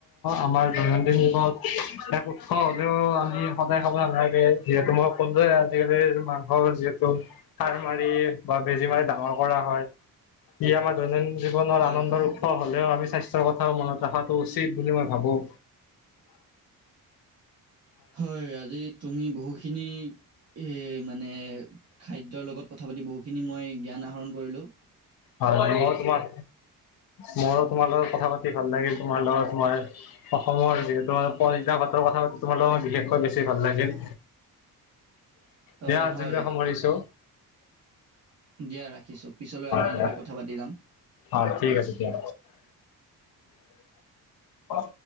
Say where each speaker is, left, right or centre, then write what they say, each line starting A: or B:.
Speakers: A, on the left; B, on the right.
A: আমাৰ দৈনন্দিন জীৱনত এক উৎস হ'লেও, আমি সদায় খাব নালাগে, যিহেতু মই ক'লো যে আজিকালিৰ মাংসৰ যিহেতু সাৰ মাৰি বা বেজী মাৰি ডাঙৰ কৰা হয় ই আমাৰ দৈনন্দিন জীৱনৰ
B: হয়
A: আনন্দৰ
B: হয়
A: উৎস হ'লেও আমি স্বাস্থ্য কথাও মনত ৰখাটো উচিত বুলি মই ভাবোঁ
B: হয়! আজি তুমি বহুখিনি এ মানে খাদ্যৰ লগত কথা পাতি বহুতখিনি মই জ্ঞান আহৰণ কৰিলোঁ
A: হয়, ময়ো তোমাৰ, ময়ো তোমাৰ লগত কথা পাতি ভাল লাগিল, ‌ তোমাৰ লগত তোমাৰ অসমৰ যিহেতু পঁইতা ভাতৰ কথা পাতি তোমাৰ লগৰ বিশেষ কৈ বেছি ভাল লাগিল
B: অ',
A: দিয়া আজিলৈ
B: হয়
A: সামৰিছোঁ
B: দিয়া ৰাখিছোঁ, পিছলৈ আমি
A: দিয়া
B: এনেকেই কথা পাতি যাম।
A: অ' ঠিক আছে দিয়া অ'!